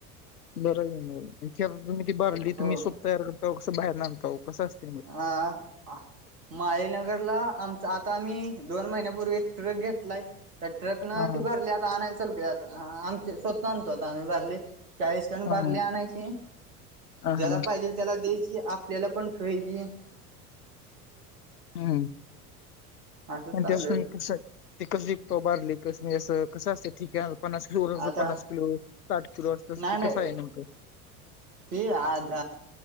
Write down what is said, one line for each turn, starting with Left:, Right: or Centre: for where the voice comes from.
Left: बरं आहे म कॅरबो किट बादली
Right: हो
Left: तुम्ही सोप तयार करता कसं बाहेर ना आणताव कसं असत
Right: आ अ! माळीनगरला आमच आता आम्ही दोन महिन्यापूर्वी एक ट्रक घेतलाय त्या ट्रक न
Left: हां,
Right: ती भरली आता आणायला चालू केलं आता स्वत आणतो आता आम्ही बादली चाळीस टन
Left: हां,
Right: बारली आणायचे
Left: हां,
Right: ज्याला
Left: हां, हां,
Right: पाहिजे त्याला द्यायची आपल्याला पण पाहिजे.
Left: हम्म
Right: असं
Left: पण
Right: चालू
Left: तो शेण
Right: आहे
Left: कस हाय? ती कस विकतो बारली कस म असं कसं असते ती घ्याला? पन्नास किलो
Right: आता
Left: <unintelligible> पन्नास किलो, साठ किलो असत
Right: नाही नाही
Left: कसं आहे नेमकं?
Right: ते आ ध